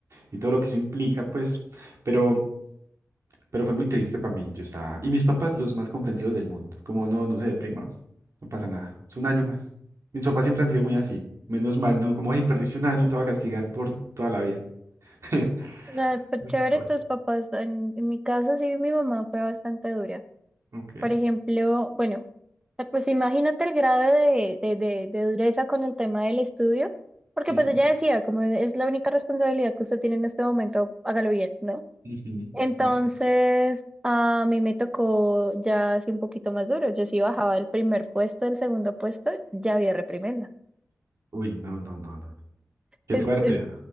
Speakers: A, on the right; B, on the right.
A: y todo lo que eso implica, pues, pero, pero fue muy triste para mí, yo estaba, y mis papás los más comprensivos del mundo, como, no, no se deprima, no pasa nada, es un año más. Mis papás siempre han sido muy así, menos mal, ¿no? Como, hey, perdiste un año, te voy a castigar por toda la vida. <laughs>
B: Nada, pero
A: Menos
B: chévere,
A: mal.
B: tus papás, en, en mi caso sí, mi mamá fue bastante dura.
A: Ok.
B: Por ejemplo, bueno, pues imagínate el grado de, de, de, de dureza con el tema del estudio, porque
A: Ujú,
B: pues ella decía, como es la única responsabilidad que usted tiene en este momento, hágalo bien, ¿no?
A: ujú,
B: Entonces,
A: ujú.
B: a mí me tocó ya así un poquito más duro. Yo sí bajaba del primer puesto, del segundo puesto, ya había reprimenda.
A: Uy, no, no, no, no. Qué
B: Es,
A: fuerte.
B: es